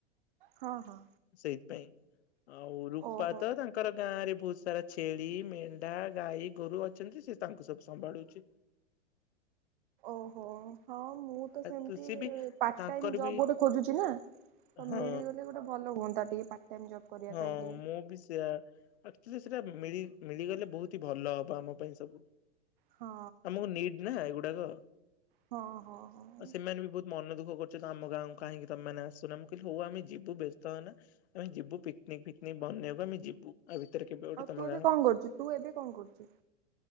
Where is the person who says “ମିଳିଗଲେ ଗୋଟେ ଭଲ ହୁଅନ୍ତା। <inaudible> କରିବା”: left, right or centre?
Right